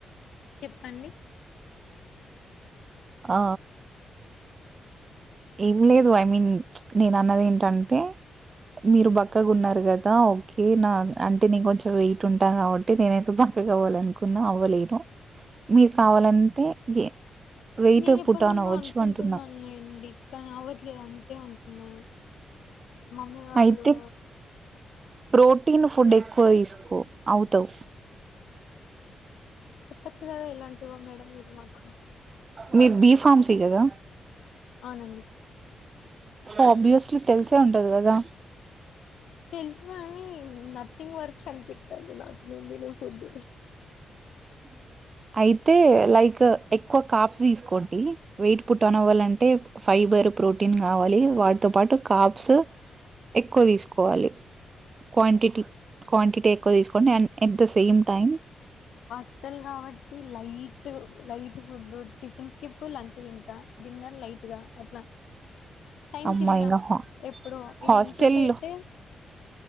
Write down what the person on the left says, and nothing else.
చెప్పండి
నేన్ ఎప్పట్నుండో
అనుకుంటున్నాన్లేండి
కని అవట్లేదు అంతే ఉంటున్నాను మమ్మీ వాళ్ళు
చెప్పచ్చు కదా ఇలాంటివో మేడం మీరు మాకు
అవునండి
తెలుసు గాని నథింగ్ వర్క్స్ అనిపిత్తాంది నాకు నేన్ తినే ఫుడ్
స్టల్ కాబట్టి లైట్ లై ఫుడ్డు టిఫిన్ స్కిప్ లంచ్ తింటా డిన్నర్ లైట్గా అట్ల టైమ్కి
దిన
ఎప్పుడొ ఇగ
ఇంట్లుంటె ఐతే